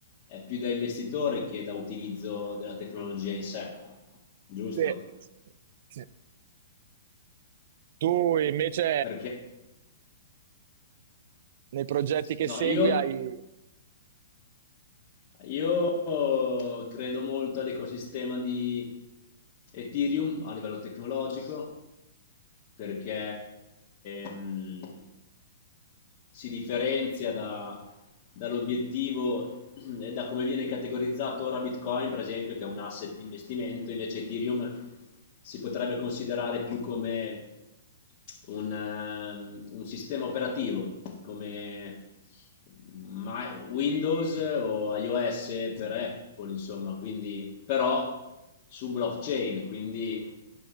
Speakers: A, on the left; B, on the right.
A: è più da investitore che da utilizzo della tecnologia in sé, giusto?
B: Sì. Sì. Tu invece
A: Perché
B: nei progetti che
A: no,
B: segui
A: io,
B: hai...
A: io credo molto all'ecosistema di Ethereum a livello tecnologico perché ehm, si differenzia da- dall'obiettivo e da come viene categorizzato ora Bitcoin, per esempio, che è un asset di investimento, invece Ethereum si potrebbe considerare più come un, ehm, un sistema operativo, come ma- Windows o iOS per Apple, insomma, quindi però su blockchain, quindi